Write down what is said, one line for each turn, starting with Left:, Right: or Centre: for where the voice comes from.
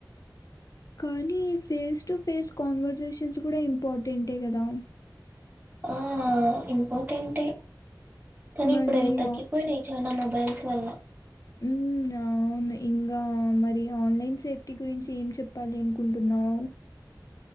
Left: కానీ ఫేస్ టు ఫేస్ కాన్వర్సేషన్స్ కూడా ఇంపార్టెంటే కదా
Right: ఆ ఇంపార్టెంటే కానీ
Left: మరి
Right: ఇప్పుడు అవి తగ్గి
Left: ఆ
Right: పోయినాయ్ చాన్న మొబైల్స్ వల్ల
Left: ఉమ్మ్ అ అవును ఇంగా మరి ఆన్లైన్ సేఫ్టీ గురించి ఏం చెప్పాలి అనుకుంటున్నావు